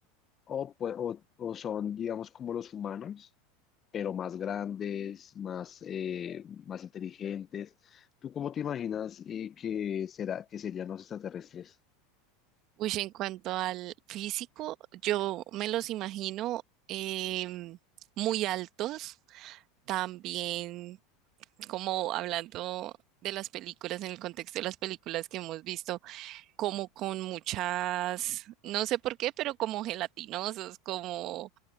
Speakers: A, on the left (about 30°); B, on the right (about 50°).
A: o, pue- o, o son, digamos, como los humanos, pero más grandes, más, eh, más inteligentes. ¿Tú cómo te imaginas eh, que será, que serían los extraterrestres?
B: Uy, en cuanto al físico, yo me los imagino em, muy altos, también como hablando de las películas, en el contexto de las películas que hemos visto, como con muchas, no sé por qué, pero como gelatinosos, como